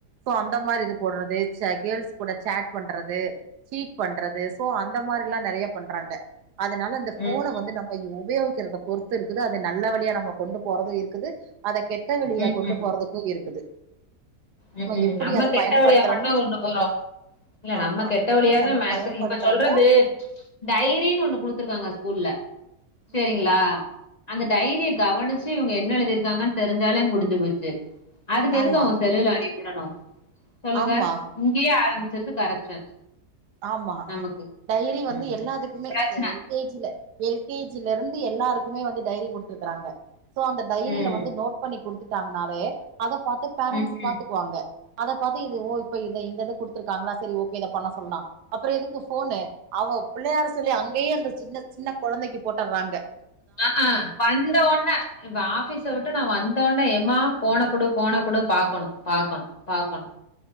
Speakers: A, on the right (about 75°); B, on the left (about 35°).
A: சோ அந்த மாரி இது போட்றது கேள்ஸ் கூட சாட் பண்றது சீட் பண்றது சோ அந்த மாரில்லா நெறய பண்றாங்க அதனால அந்த ஃபோன
B: ம்
A: வந்து நம் ம உபயோகிக்கிறத பொறுத்து இருக்குது அத நல்ல வழியா நம்ம கொண்டு போறது இருக்குது அத கெட்ட வழியா
B: ம்
A: கொண்டு
B: ம்
A: போறதுக்கு இருக்குது
B: ம் ம்
A: எப்படி
B: நம்ம
A: அத
B: கெட்ட
A: பயன்படுத்துறோமோ
B: வழியா மட்டுதா கொண்டு போறோ இல்ல நம்ம
A: ஆமா
B: கெட் கெட்ட
A: எப்படி
B: வழியாதா
A: நம்ம
B: மேக்ஸ்
A: பயன்படுத்துறோமோ
B: இப்ப சொல்றது டைரினு ஒண்ணு குடுத்துருக்காங்க ஸ்கூல்ல சேரிங்களா
A: ம்
B: அந்த
A: ம்
B: டைரிய கவனிச்சு இவுங்க என்ன எழுதிருக்காங்கன்னு தெரிஞ்சாலே முடிஞ்சு போச்சு அதுக்கு எதுக்கு
A: ஆமா
B: அவங்க செல்லுல அனுப்பிவிடனு சொல்லுங்க
A: ஆமா
B: இங்கயே ஆரம்பிச்ருது கரப்ஷன்
A: ஆமா
B: நமக்கு
A: டைரி வந்து
B: ம்
A: எல்லாத்துக்குமே
B: பிரச்சன
A: எல் கே ஜில எல் கே ஜில இருந்து எல்லாருக்குமே வந்து டைரி குடுத்துருக்கறாங்க சோ அந்த டைரியில
B: ம்
A: வந்து நோட் பண்ணி குடுத்துட்டாங்கன்னாலே அத பாத்து பேரண்ட்ஸ்
B: ம்
A: பாத்துக்குவாங்க அத பாத்து இது ஓ இப்ப இத இந்த இத குடுத்துருகாங்களா சரி ஓகே இத பண்ண சொல்லலா அப்புற எதுக்கு போனு அவ பிள்ளையார் சொல்லி அங்கயே அந்த சின்ன சின்ன குழந்தைக்கு போட்டுறாங்க
B: ஆ ஆ வந்தோனே இப்ப ஆஃபிஸ விட்டு நா வந்தொன்ன எம்மா ஃபோன குடு ஃபோன குடு பாக்கணு பாக்கணு பாக்கணு